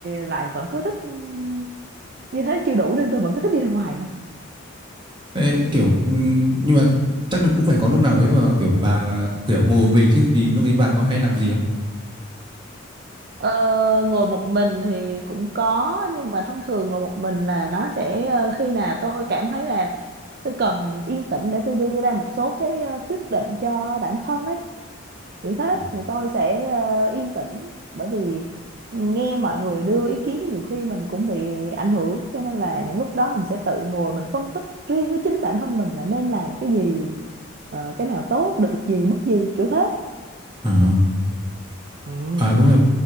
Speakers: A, on the right; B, on the right.
A: lại vẫn cứ thích ừm, như thế chưa đủ nên tôi vẫn cứ thích đi ra ngoài hơn
B: Thế kiểu ừm, nhưng mà chắc là cũng phải có lúc nào đấy mà kiểu bà kiểu ngồi một mình chứ thì lúc đấy bà có hay làm gì không?
A: Ờ, ngồi một mình thì cũng có nhưng mà thông thường ngồi một mình là nó sẽ ờ, khi nào tôi cảm thấy là tôi cần yên tĩnh để tôi đưa ra một số cái ờ, quyết định cho bản thân ấy kiểu thế
B: Ừ.
A: thì tôi sẽ ờ, yên tĩnh bởi vì nghe mọi người đưa ý kiến nhiều khi mình cũng bị ảnh hưởng cho nên là những lúc đó mình sẽ tự ngồi mình phân tích riêng với chính bản thân mình là nên làm cái gì ờ, cái nào tốt được gì mất gì kiểu thế
B: À,
A: ừ.
B: à đúng rồi